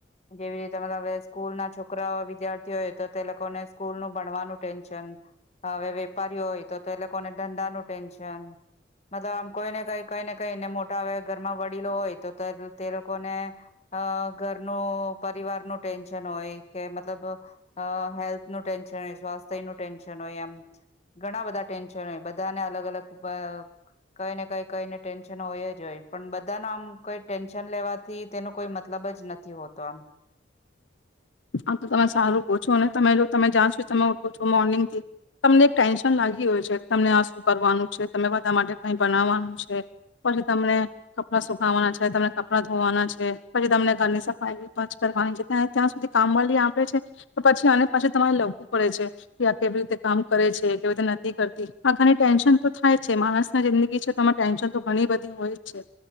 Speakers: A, on the left; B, on the left.
A: જેવી રીતે મતલબવે સ્કૂલ ના છોકરાઓ વિદ્યાર્થી હોય તો તે લોકોને સ્કૂલ નું ભણવાનું ટેન્શન હવે વેપારી હોય તો એ લોકોને ધંધા નો <inaudible> ટેન્શનમતલબ આમ કોઈ ને કઈ કઈ ને કઈને મોટા આવે ઘરમાં વડીલો હોય તો તે લોકોને અ ઘરનું પરિવાર નું ટેન્શન હોય કે મતલબ હેલ્થ નું ટેન્શન હોય સ્વાસ્થ્ય નું ટેન્શન હોય એમ ઘણા બધા ટેન્શન હોય બધાને અલગ અલગ કઈ ને કઈ કઈને ટેન્શન હોય જ હોય પણ બધા ન આમ કઈ ટેન્શન લેવાથી તેનો કોઈ મતલબ જ નથી હોતો આમ
B: આ તો તમે સારું કહો છો અનેને તમે જો તમે જ્યાં સુધી તમે ઉઠો છો મોર્નિંગ થી તમને એક ટેન્શન લાગી હોય છે તમને આ શું કરવાનું છે તમે બધા માટે કઈ બનાવવાનું છે પછી તમને કપડા સુકાવાના છે તમને કપડાં ધોવાના છે પછી તમને ઘરની સફાઈ કરવાની છે ત ત્યાં સુધી કામવાળલી આપે છે તો પછી અને પાછી તમારે લખવું પડે છે કે આ કેવી રીતે કામ કરે છે કેવી રીતે નથી કરતી આ ઘણી ટેન્શન તો થાય જ છે માણસ ના જિંદગી છે તોમે ટેન્શન તો ઘણી બધી હોય જ છે